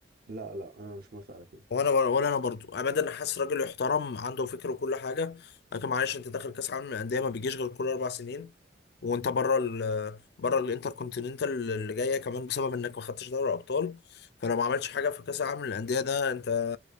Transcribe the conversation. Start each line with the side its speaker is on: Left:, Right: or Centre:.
Right: لا لا انا مش موافق على كده
Left: وانا ولا انا برضو ابدا حاسس راجل يحترم عنده فكر وكل حاجه لكن معلش انت داخل كاس عالم للانديه ما بيجيش غير كل اربع سنين وانت بره ال بره الانتر كونتيننتال اللي جايه كمان بسبب انك ما خدتش دوري ابطال فلو ما عملتش حاجه في كاس العالم للانديه ده انت